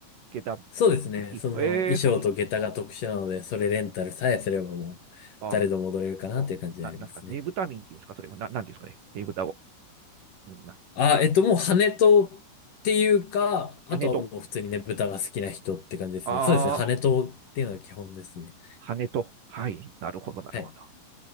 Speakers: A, on the right; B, on the left.
A: 下駄も。
B: そうですね。その、
A: えー、
B: 衣装と下駄が特殊なので、
A: それ、
B: それレンタルさえすればもう、
A: あ、
B: 誰でも踊れるかなっていう感じでありますね。
A: もう、な、なんですか、ねぶた民っていうんですか、それも、な、なんていうんですかね、ねぶたを。うんな
B: あ、えっと、もう羽とっていうか、あとはもう普通にね、
A: 羽と。
B: 豚が好きな人って感じですね。
A: ああ、
B: そうですね。羽とっていうのが基本ですね。
A: 羽と。はい。なるほど、なるほど。
B: はい。